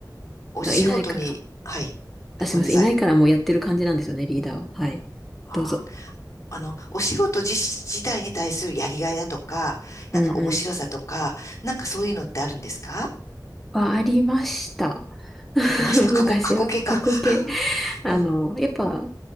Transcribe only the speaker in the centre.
らいないから。
あ、
すいません、いないからもうやってる感じなんですよね、リーダーを。はい。
どうぞ。
うんうん。
はありました。<laughs>
昔は。
過去形。
あの、
やっぱ、